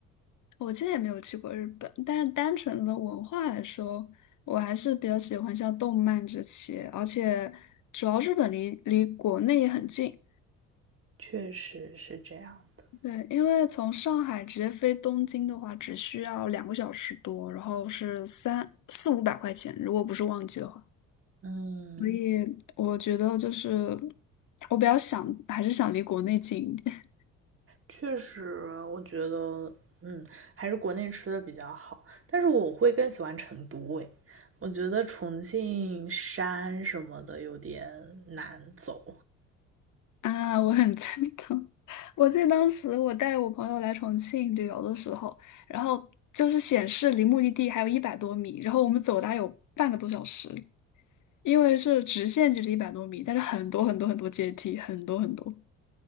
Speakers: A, on the left; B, on the right.
A: 我之前也没有去过日本，但是单纯的文化来说，我还是比较喜欢像动漫这些，而且主要日本离离国内也很近。
B: 确实是这样的。
A: 对，因为从上海直接飞东京的话，只需要两个小时多，然后是三四五百块钱，如果不是旺季的话。
B: 嗯，
A: 所以我觉得就是我比较想，还是想离国内近一点。
B: 确实，我觉得，嗯，还是国内吃的比较好。但是我会更喜欢成都，诶，我觉得重庆山什么的有点难走。
A: 啊，我很赞同。我记得当时我带我朋友来重庆旅游的时候，然后就是显示离目的地还有一百多米，然后我们走大概有半个多小时，因为是直线距离一百多米，但是很多很多很多阶梯，很多很多